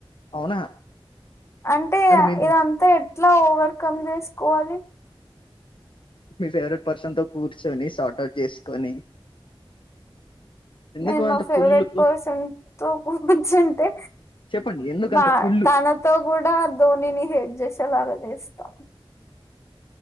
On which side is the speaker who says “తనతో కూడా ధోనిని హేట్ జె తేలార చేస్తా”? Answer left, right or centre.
Left